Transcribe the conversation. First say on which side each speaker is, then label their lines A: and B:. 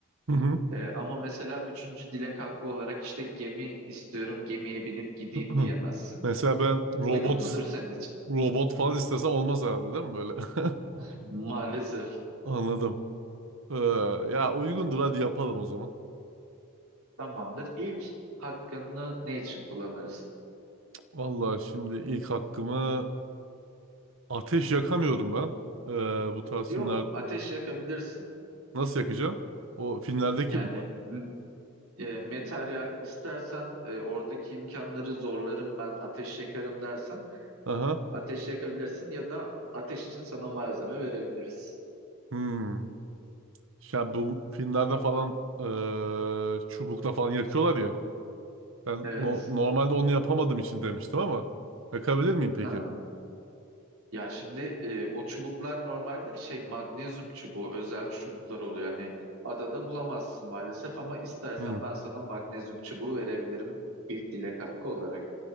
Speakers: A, on the right (about 60°); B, on the right (about 80°).
A: Hı hı.
B: Ee, ama mesela üçüncü dilek hakkı olarak işte gemi istiyorum, gemiye binip gideyim
A: <clears throat>
B: diyemezsin.
A: Mesela ben robot
B: Uygun mudur
A: is-
B: senin için?
A: robot falan istesem olmaz herhalde değil mi böyle? <laughs>
B: <laughs> Maalesef.
A: Anladım. Ee, ya uygundur hadi yapalım o zaman.
B: Tamamdır. İlk hakkını ne için kullanırsın?
A: Vallahi şimdi ilk hakkımı ateş yakamıyorum ben. Ee, bu tarz
B: Yo,
A: filmler
B: ateş yakabilirsin.
A: nasıl yakacağım? O filmlerdeki
B: Yani
A: mi? var?
B: e, materyal istersen e, oradaki imkanları zorlarım ben ateş yakarım dersen
A: Aha.
B: ateş yakabilirsin ya da ateş için sana malzeme verebiliriz.
A: Hmm. Ya bu filmlerde falan eee, çubukla falan yakıyorlar ya. Ben
B: Evet.
A: no- normalde onu yapamadığım için demiştim ama yakabilir miyim peki?
B: Ha. Ya şimdi e, o çubuklar normalde şey magnezyum çubuğu özel çubuklar oluyor. Yani adada bulamazsın maalesef ama istersen
A: Hmm.
B: ben sana magnezyum çubuğu verebilirim ilk dilek hakkı olarak.